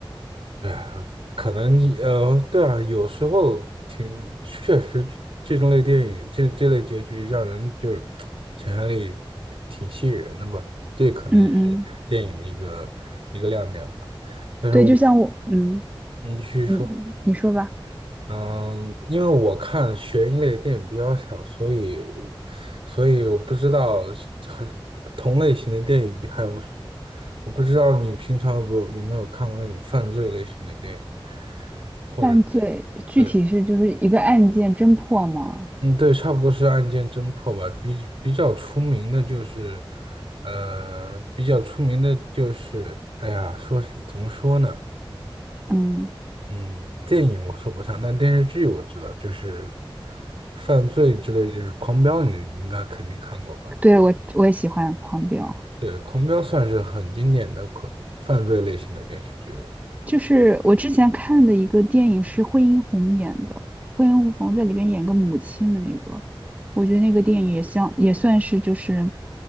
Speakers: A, on the right; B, on the right.
A: 对啊，可能呃，对啊，有时候挺确实这，这种类电影，这这类结局让人就是 <tsk> 想象力挺吸引人的吧。这可能也是电影的一个一个亮点吧。
B: 嗯嗯，
A: 但是我，
B: 对，就像我，嗯，
A: 你去说，
B: 你你说吧，
A: 嗯，因为我看悬疑类的电影比较少，所以我所以我不知道很同类型的电影还有什么。我不知道你平常有没有有没有看过那种犯罪类型的电影，或者
B: 犯罪具体是就是一个案件侦破吗？
A: 对，嗯，对，差不多是案件侦破吧。比比较出名的就是，呃，比较出名的就是，哎呀，说是怎么说呢？
B: 嗯，
A: 嗯，电影我说不上，但电视剧我知道，就是犯罪之类，就是《狂飙》，你你应该肯定看过吧？
B: 对我我也喜欢狂飙。
A: 对，《狂飙》算是很经典的恐犯罪类型的电视剧了
B: 就是我之前看的一个电影是惠英红演的，惠英红在里边演个母亲的那个，我觉得那个电影也像也算是就是，